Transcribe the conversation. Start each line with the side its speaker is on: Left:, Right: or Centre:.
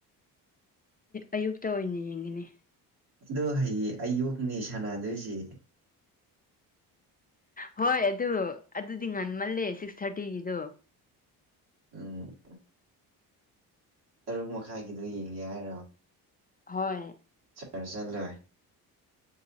Left: ꯑꯌꯨꯛꯇ ꯑꯣꯏꯅ ꯌꯦꯡꯒꯅꯤ
Right: ꯑꯗꯣ ꯍꯌꯦꯡ ꯑꯌꯨꯛꯅꯦ ꯁꯥꯟꯅꯗꯣꯏꯁꯦ
Left: ꯍꯣꯏ ꯑꯗꯨ ꯑꯗꯨꯗꯤ ꯉꯟꯃꯜꯂꯦ ꯁꯤꯛꯁ ꯊꯥꯔꯇꯤꯒꯤꯗꯣ
Right: ꯑ ꯇꯔꯨꯛ ꯃꯈꯥꯏꯒꯤꯗꯨꯣ ꯌꯦꯡꯒꯦ ꯍꯥꯏꯔꯣ
Left: ꯍꯣꯏ
Right: ꯆ ꯆꯠꯂꯣꯏ